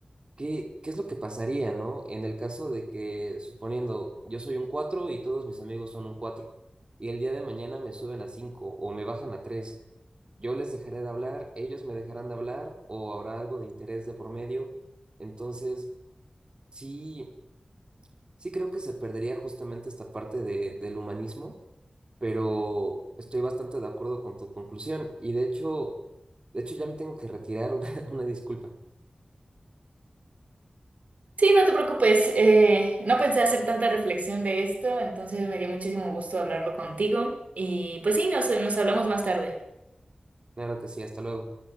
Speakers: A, on the right (about 45°); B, on the right (about 85°).
A: ¿Qué, qué es lo que pasaría, ¿no? En el caso de que, suponiendo, yo soy un 4 y todos mis amigos son un 4 y el día de mañana me suben a 5 o me bajan a tres yo les dejaré de hablar, ellos me dejarán de hablar o habrá algo de interés de por medio. Entonces, sí, sí creo que se perdería justamente esta parte de, del humanismo, pero estoy bastante de acuerdo con tu conclusión y de hecho, de hecho ya me tengo que retirar <laughs> una, una disculpa.
B: Sí, no te preocupes. eh, no pensé hacer tanta reflexión de esto, entonces me dio muchísimo gusto hablarlo contigo. Y pues sí, nos, nos hablamos más tarde.
A: Claro que sí, hasta luego.